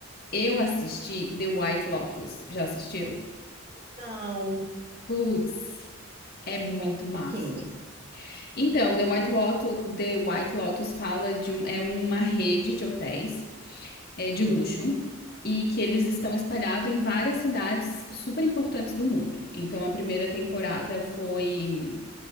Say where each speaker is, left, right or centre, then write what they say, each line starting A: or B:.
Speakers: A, on the left; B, on the right.
A: eu assisti The White Lotus. Já assistiu?
B: Não,
A: Putz, é muito
B: conta um pouquinho.
A: massa. Então, The White Lotus, The White Lotus fala de um, é uma rede de hotéis é, de
B: Hum,
A: luxo e que eles estão espalhados em várias cidades super importantes do mundo. Então a primeira temporada foi